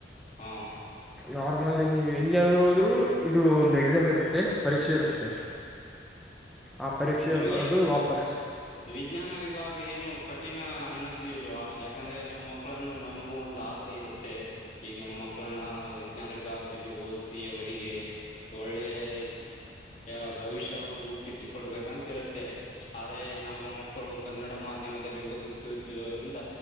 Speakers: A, on the left; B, in the centre.
A: ಹಾ
B: ನಾರ್ಮಲ್ ನೀವು ಎಲ್ಲಿದ್ರುೂ ಹೋದ್ರು ಇದು ಒಂದು ಎಕ್ಸಾಮ್ ಇರುತ್ತೆ ಪರೀಕ್ಷೆ ಇರುತ್ತೆ. ಆ ಪರೀಕ್ಷೆ
A: ನಿಮಗೆ
B: ಬ-
A: ಅದು
B: ವಾಪಸ್
A: ವಿಜ್ಞಾನ ವಿಭಾಗ ಏನು ಕಠಿಣ ಅನ್ನಸ್ತ. ಇಲ್ವಾ ಯಾಕಂದ್ರೆ ನಮ್ಮ ಮಕಳುನ್ನು ನಮಗೂ ಒಂದ ಆಸೆ ಇರುತ್ತೆ. ಮತ್ತೆ ಈಗ ನಮ್ಮ ಮಕ್ಕಳನ್ನ ವಿಜ್ಞಾನ ವಿಭಾಗದಲ್ಲಿ ಓದಸಿ ಅವರಿಗೆ. ಒಳ್ಳೆಯ ಭವಿಷ್ಯವನ್ನು ರೂಪಿಸಿಕ ಕೊಡ್ಬೇಕು. ಗಂತರುತ್ತೆ ಆದ್ರೆ ನಮ್ಮ ಮಕ್ಕಳು ಕನ್ನಡ ಮಾಧ್ಯಮದಲ್ಲಿ ಓದುತ್ತಿದ್ದರಿಂದ.